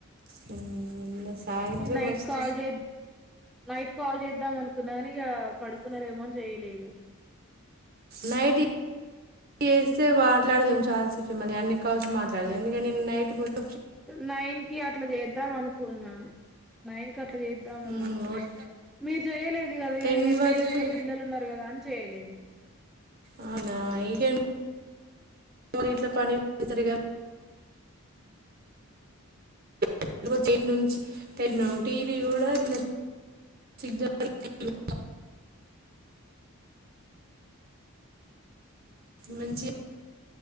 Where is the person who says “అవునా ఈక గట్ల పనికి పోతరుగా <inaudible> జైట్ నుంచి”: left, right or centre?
Right